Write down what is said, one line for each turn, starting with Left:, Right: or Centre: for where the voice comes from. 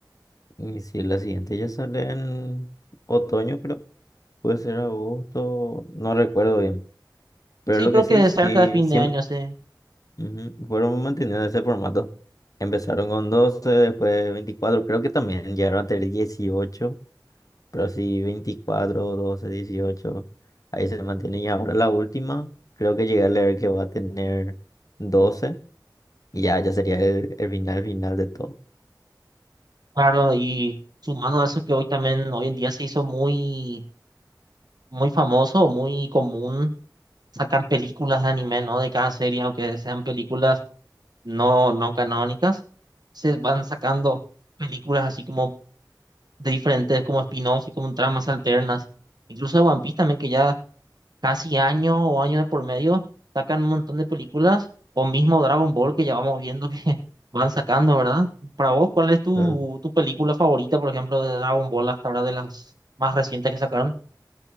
Left: Y si la siguiente ya sale en otoño, creo. Puede ser agosto, no recuerdo bien. Pero
Right: Sí,
Left: lo
Right: creo
Left: que
Right: que
Left: sí, sí,
Right: cerca de fin
Left: siempre
Right: de año, sí.
Left: ujú, fueron manteniendo ese formato. Empezaron con doce después veinticuatro creo que también llegaron a tener dieciocho Pero sí, veinticuatro doce dieciocho ahí se mantiene. Y ahora la última, creo que llegué a leer que va a tener 12 y ya, ya sería el, el final final de todo.
Right: Claro, y sumando a eso que hoy también, hoy en día se hizo muy, muy famoso, muy común sacar películas de anime, ¿no? De cada serie, aunque sean películas no, no canónicas, se van sacando películas así como de diferentes, como spin-offs y como tramas alternas. Incluso de One Piece también, que ya casi año o año de por medio sacan un montón de películas, o mismo Dragon Ball, que ya vamos viendo que <laughs> van sacando, ¿verdad? Para vos, ¿cuál es tu,
Left: Claro.
Right: tu película favorita, por ejemplo, de Dragon Ball hasta ahora de las más recientes que sacaron?